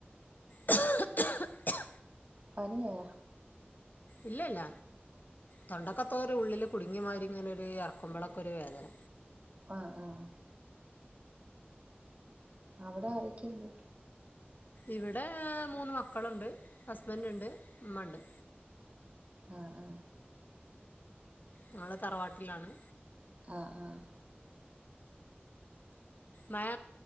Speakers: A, on the left (about 50°); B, on the right (about 35°).
A: ക്കാ ക്കാ ക്ക്
B: പനിയാ
A: ഇല്ല ല്ല തൊണ്ടക്കത്തോരു ഉള്ളില് കുടുങ്ങിമാരിങ്ങനൊര് എറക്കുമ്പളൊക്ക ഒരു വേദന
B: ആഹ് ആഹ് അവിടെ ആരെക്കെയുണ്ട്
A: ഇവിടെ മൂന്ന് മക്കളുണ്ട് ഹസ്ബന്റ്ണ്ട് ഇമ്മണ്ട്.
B: ആഹ് ആഹ്
A: ങ്ങള് തറവാട്ടിലാണ്?
B: ആഹ് ആഹ്
A: മഴ